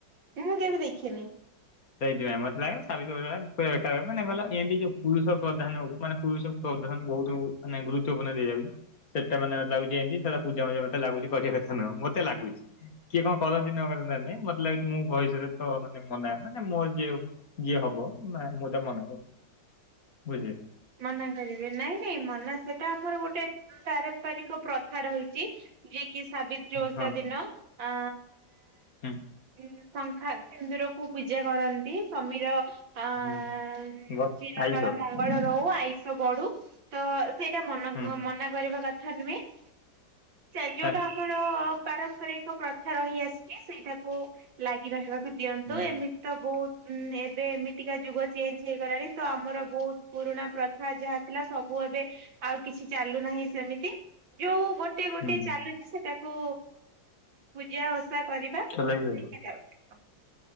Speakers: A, on the right (about 80°); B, on the left (about 50°).
A: ମୁଁ କେବେ ଦେଖିନି।
B: ସେଇଥିପାଇଁ ମତେ ଲାଗେ <unintelligible> ମାନେ ଗଲା ଏମତି ଯୋଉ ପୁରୁଷ ପ୍ରଧାନ କୁ ମାନେ ପୁରୁଷ ବହୁତ ମାନେ ଗୁରୁତ୍ୱପୂଣ୍ଣ ଦିଆ ଯାଉଛି । ସେଟା ମାନେ ଗୋଟେ ଲାଗୁଛି ଯେମିତି ସେଟା ପୂଜା ମୁଜା ମତେ ଲାଗୁଛି ଯେମିତି କରିବା କଥା ନୁହଁ ମତେ ଲାଗୁଛି କିଏ କଁ କରନ୍ତି ନକ ନା ନାଇଁ ମତେ ଲାଗୁଛି ମୁଁ ଭଇଶରେ ତ । ମାନେ ମୋର ଯିଏ ଯିଏ ହବ ନା ମୁଁ ତାକୁ ମନା କରିବି ବୁଝିଲେ।
A: ମନା କରିବେ ନାଇଁ ନାଇଁ ମନା ସେଟା ଆମର ଗୋଟେ । ପାରମ୍ପରିକ ପ୍ରଥା ରହିଛି ଯିଏକି ସାବିତ୍ରୀ ଓଷା
B: ହଁ
A: ଦିନ ଆ
B: ହୁଁ
A: । ଶଙ୍ଖା ସିନ୍ଦୁରକୁ ପୂଜା କରନ୍ତି । ସମୀର ଆ
B: ହୁଁ
A: ଉଁ
B: ବ
A: ଚୀର
B: ଆଇଷ
A: କଳ ମଙ୍ଗଳ
B: ହୁଁ
A: । ଆଇସ ବଢ଼ୁ ତ ସେଟା ମନ
B: ହୁଁ
A: ମନା କରିବା କଥା ନୁହେଁ । ଚା ଯୋଉଟା
B: ଆ-
A: ଆମର ପାରମ୍ପରିକ ପ୍ରଥା ରହିଆସିଛି ସେଇଟାକୁ ଲାଗି ରହିବାକୁ । ଦିଅନ୍ତୁ
B: ହୁଁ
A: ଏମିତି ତ ବହୁତ ଏବେ ଏମିତିକା ଯୁଗ ଚେଞ୍ଜ ହେଇଗଲାଣି ତ ଆମର ବହୁତ । ପୁରୁଣା ପ୍ରଥା ଯାହା ଥିଲା ସବୁ ଏବେ ଆଉ କିଛି ଚାଲୁନାହିଁ ସେମିତି ଯୋଉ । ଗୋଟେ ଗୋଟେ
B: ହୁଁ
A: ଚାଲୁଚି ସେଟାକୁ ପୂଜା ଓସା କରିବା ନିହାତି
B: ଚଲାଇକି ରହିବ।
A: ଆବଶ୍ୟକ ।